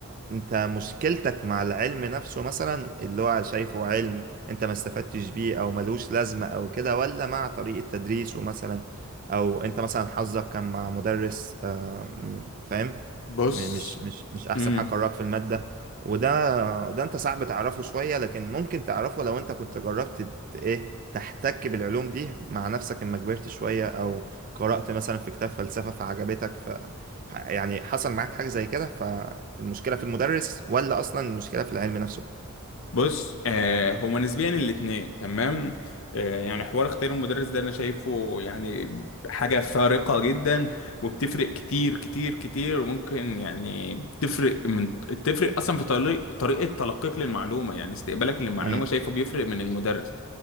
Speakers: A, on the right (about 40°); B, on the left (about 60°).
A: انت مشكلتك مع العلم نفسه مثلا اللي هو شايفه علم انت ما استفدتش بيه او ملوش لازمة او كده ولا مع طريقة تدريسه مثلا او انت مثلا حظك كان مع مدرس آه م- فاهم
B: بص
A: م- مش مش مش احسن
B: امم
A: حاجه قراك في الماده وده ده انت صعب تعرفه شويه لكن ممكن تعرفه لو انت كنت جربت ت- ايه تحتك بالعلوم دي مع نفسك اما كبرت شويه او قرات مثلا في كتاب فلسفه فعجبتك ف ح- يعني حصل معاك حاجه زي كده فالمشكله في المدرس ولا اصلا المشكله في العلم نفسه
B: بص آه هما نسبيا الاتنين تمام آه يعني حوار اختيار المدرس ده انا شايفه يعني حاجة فارقة جدا وبتفرق كتير كتير كتير وممكن يعني تفرق من تفرق اصلا في طريق طريقة تلقيك للمعلومة يعني استقبالك للمعلومة
A: امم
B: شايفه بيفرق من المدرس